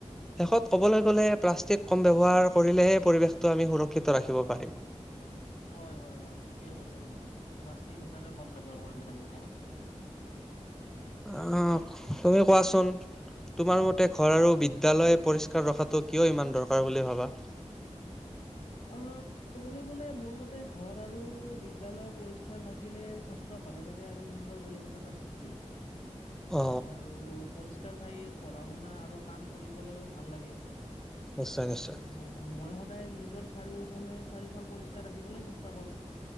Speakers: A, in the centre; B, on the left.
A: শেষত ক'বলৈ
B: হয়, হয়।
A: গলে প্লাষ্টিক কম ব্যৱহাৰ কৰিলেহে পৰিৱেশটো আমি সুৰক্ষিত ৰাখিব পাৰিম।
B: হয়, হয়, হয়, ঠিকে কৈছা তুমি। প্লাষ্টিক সঁচাকে কম ব্যৱহাৰ কৰিব লাগে আমি।
A: অ, তুমি কোৱাচোন। তোমাৰ মতে ঘৰ আৰু বিদ্যালয় পৰিষ্কাৰ ৰখাটো কিয় ইমান দৰকাৰ বুলি ভাবা? <inaudible>
B: অ', ক'বলৈ গলে মোৰ মতে ঘৰ আৰু বিদ্যালয় পৰিষ্কাৰ থাকিলে স্বাস্থ্য ভালে থাকে আৰু সুন্দৰ পৰিৱেশ এটাৰ সৃষ্টি হয়
A: অ
B: আৰু পৰিছ কাৰ ঠাইত পঢ়া-শুনা আৰু কাম কৰিবলৈও ভাল লাগে।
A: নিশ্চয়, নিশ্চয়।
B: আৰু মই সদায় নিজৰ চাৰিওফালে চাৰিওফাল পৰিষ্কাৰ ৰাখিবলৈ চেষ্টা কৰো।